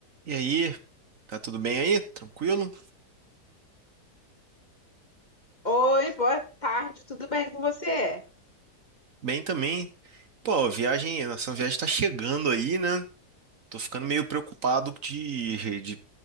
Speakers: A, on the right; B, on the left.
A: E aí, tá tudo bem aí? Tranquilo?
B: Oi, boa tarde, tudo bem com você?
A: Bem também. Pô, a viagem, a nossa viagem tá chegando aí, né? Tô ficando meio preocupado de, de